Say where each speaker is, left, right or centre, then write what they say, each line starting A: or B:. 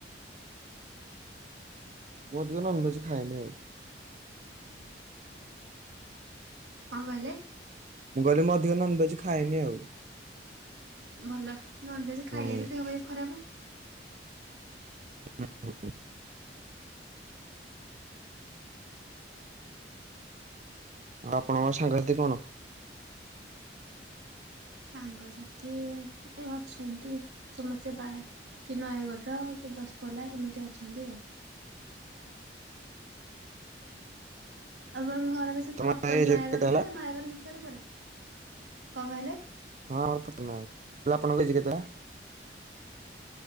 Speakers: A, on the right; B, on the right.
A: ବହୁ ଦିଓ ନନଭେଜ ଖାଏନି ଆଉ।
B: କଣ କହିଲେ?
A: ମୁଁ କହିଲି ମୁଁ ଅଧିକ ନନଭେଜ ଖାଏନି ଆଉ।
B: ଭଲ ନନଭେଜ
A: ହୁଁ
B: ଖାଇଲେ
A: ଆଉ
B: ବି ଦେହ ପାହ ଖରାପ।
A: <unintelligible> ଆଉ ଆପଣଙ୍କ ସାଙ୍ଗସାଥି କଣ
B: ସାଙ୍ଗସାଥି ଏ ଅଛନ୍ତି ସମସ୍ତେ ବାହା, କିଏ ନୟାଗଡ଼ର କି ଦସପଲ୍ଲା ଏମିତି ଅଛନ୍ତି ଆଉ। ଆପଣଙ୍କ ଘର ସେ
A: ତମ
B: ପ୍ରପର
A: ଏଜ
B: ନୟାଗଡ
A: କେତେ ହେଲା
B: ନା ନୟାଗଡ ଭିତରେ କୁଆଡେ? କଣ କହିଲେ?
A: ହଁ ଆମର ଫପ ନୟାଗଡ଼ ହେଲେ ଆପଣଙ୍କ ହେଇଚି କେତେ ଏ?